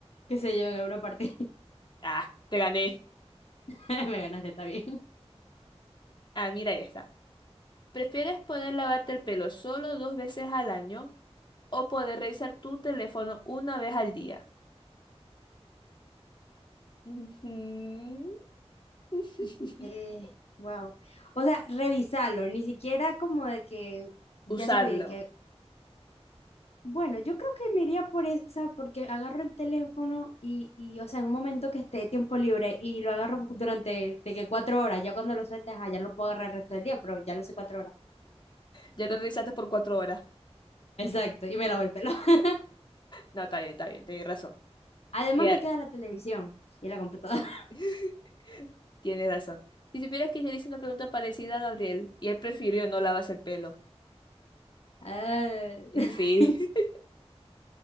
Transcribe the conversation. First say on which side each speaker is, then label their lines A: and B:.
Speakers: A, on the left; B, on the left.
A: qué sé yo, en alguna parte.
B: Ah, te gané.
A: <laughs> Me ganaste, está bien.
B: Ah, mira esta. ¿Prefieres poder lavarte el pelo solo dos veces al año o poder revisar tu teléfono una vez al día? Ujú. <laughs>
A: Eh, wow. O sea, revisarlo, ni siquiera como de que ya
B: Usarlo.
A: sabía que, bueno, yo creo que me iría por esa porque agarro el teléfono y, y, o sea, en un momento que esté tiempo libre y lo agarro durante de que cuatro horas, ya cuando lo sueltas, ah, ya no lo puedo agarrar el resto del día, pero ya lo sé cuatro horas.
B: Ya lo revisaste por cuatro horas.
A: Exacto, y me lavo el pelo. <laughs>
B: No, está bien, está bien, tienes razón.
A: Además
B: Ya.
A: me queda la televisión y la computadora.
B: <laughs> Tienes razón. Si supieras que yo le hice una pregunta parecida a Gabriel y él prefirió no lavarse el pelo.
A: Ah,
B: Y
A: <laughs>
B: sí. <laughs>